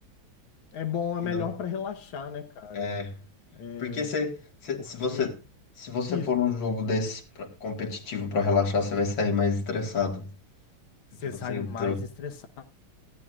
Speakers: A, on the left; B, on the left.
A: É bom, é
B: Que
A: melhor
B: não-
A: pra relaxar, né, cara?
B: É,
A: É,
B: porque se, se,
A: porque
B: se você se você
A: isso,
B: for num jogo desse pra- competitivo pra relaxar, você vai sair mais estressado,
A: você
B: porque você
A: sai
B: entrou.
A: mais estressado.